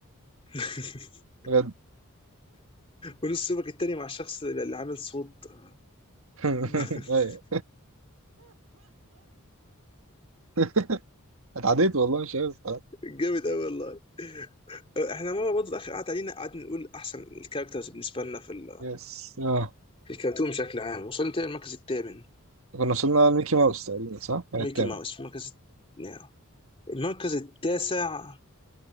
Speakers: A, on the left (about 25°); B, on the right (about 65°).
A: <laughs>
B: بجد
A: ونص يومك التاني مع الشخص اللي اللي عامل صوت
B: <laughs>
A: <laughs>
B: ايوه <laughs> اتعديت والله مش عايز أتعدى.
A: جامد قوي والله آه، احنا مره برضه اخر قعد علينا قعدنا نقول احسن الكاركترز بالنسبه لنا في ال-
B: يس اه
A: في الكرتون بشكل عام وصلنا تاني المركز الثامن
B: كنا وصلنا لميكي ماوس تقريبا صح؟ كان
A: ميكي
B: التامن
A: ماوس في المركز نعم. المركز التاسع